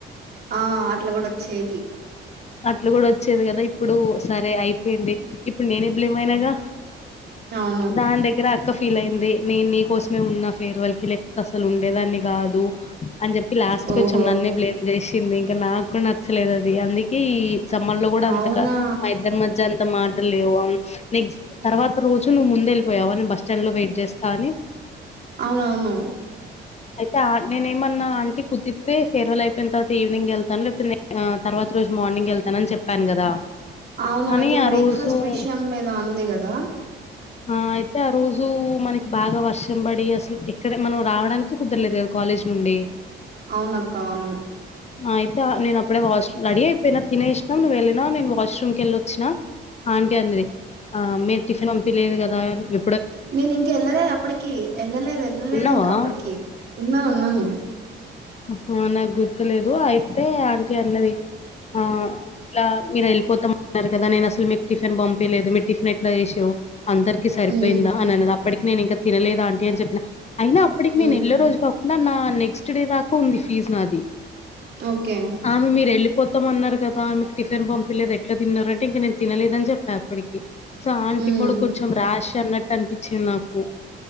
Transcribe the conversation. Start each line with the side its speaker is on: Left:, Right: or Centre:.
Right: ఆ అట్లా కూడా వచ్చేది.
Left: అట్లు కూడా వచ్చేది కదా ఇప్పుడు సరే అయిపోయింది. ఇప్పుడు నేనే బ్లేమ్ ఆయనగా
Right: అవును
Left: దాని దగ్గర అక్క ఫో ఫీల్ అయింది, నేను నీ కోసమే ఉన్నా ఫేర్ వాల్ కి పోతే అసలు ఉండేదాన్ని కాదు. అని చెప్పి లాస్ట్
Right: ఓహో
Left: కొంచెం నన్నే బ్లేమ్ చేసి వచ్చింది ఇంకా నాకు నచ్చలేదు అది అందుక ఈ సమ్మర్ ల్లో కూడా అంతక
Right: అవునా
Left: మా ఇద్దరి మధ్య అంత మాట లేవు నెక్స్ట్ తర్వాత రోజు నువ్వు ముంద వెళ్ళిపోయావా, బస్ స్టాండ్ లో వెయిట్ చేస్తా అని.
Right: అవునవును
Left: అయితే నేనేమన్నా ఆంటీ కుదితే ఫేర్వెల్ అయిపోయిన తర్వాత ఈవినింగ్ వెళ్తాను. లేకపోతే తర్వాత ఈరోజు మార్నింగ్ వెళ్తానని చెప్పాను కదా.
Right: అవును
Left: కానీ
Right: ఏదో
Left: ఆ
Right: బ్రేక్ఫాస్ట్
Left: రోజు
Right: విషయం లో ఏదో అంది కదా.
Left: ఆ అయితే ఆ రోజు మనకి బాగా వర్షం పడి అసలు ఎక్కడ మనం రావడానికి కుదరలేదు, కదా కాలేజీ నుండి.
Right: అవును అక్క అవును
Left: అయితే నేను అప్పుడే వాష్రూమ్ రెడీ అయిపోయినా తినేసినా నువ్వు వెళ్ళిన నేను వాష్రూమ్ కి వెళ్ళి వచ్చినా, ఆంటీ అన్నది ఆ మీరు టిఫిన్ పంపిలేదు కదా చే
Right: నేను ఇంక ఎళ్ళలేదు, అప్పటికి వెళ్ళలేదు వెళ్ళలేదు
Left: ఉన్నావా
Right: ఇంక అప్పటికి ఉన్నా ఉన్నాను.
Left: హు నాకు గుర్తులేదు అయితే ఆంటి అన్నది. ఆ ఇట్లా మీరు వెళ్ళిపోతాం అన్నారు కదా నేను అస్సలు మీకు టిఫిన్ పంపిలేదు. మీ టిఫిన్ ఎట్లా చేసి దో అందరికి సరిపోయిందా.
Right: ఉమ్
Left: అని అన్నది అప్పటికి నేను ఇంకా తినలేదు ఆంటి అని చెప్పిన అయినా అప్పటికి నేను
Right: ఉమ్
Left: ఎల్లే రోజు కా నా నా నెక్స్ట్ డే దాకా ఉంది ఫీజ్ నాది
Right: ఓకే
Left: ఆమె మీరు ఎళ్లి వత్తం అన్నారు కదా మీకు టిఫిన్ పంపిలేదు. ఎట్లా తిన్నారు అంటే ఇంక నేను తినలేదని చెప్పా అప్పటికి
Right: ఉమ్
Left: కూడు కొంచెం రాష్ అన్నట్టు అనిపించింది నాకు